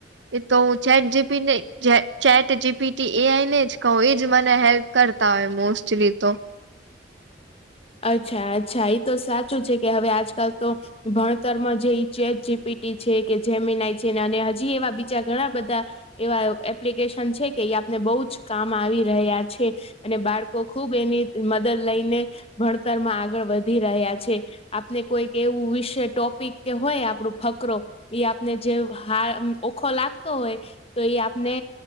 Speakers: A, on the right; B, on the left.
A: એ તો હું <unintelligible> પીટી એઆઈ ને જ કહું એજ મને હેલ્પ કરતા હોય મોસ્ટલી તો,
B: અચ્છા, અચ્છા એ તો સાચું છે, કે હવે આજકાલ તો ભણતરમાં જે ઈ ચેટ પીટી છે કે જેમેનાઈ છે હજી એવા બીજા ઘણા બધા એવા <unintelligible> પેશન્ટ છે છે કે ઈ આપને બહું જ કામ આવી રહ્યા છે. અને બાળકો ખુબ એની... દલ લઈને ભણતરમાં આગળ વધી રહ્યા છે, આપને કોઈક એવું વિષ ટોપ... પિક કે હોય આપણું ફકરો એ આપને જે હા ઓખો લાગતો હોય... તો ઈ આપણે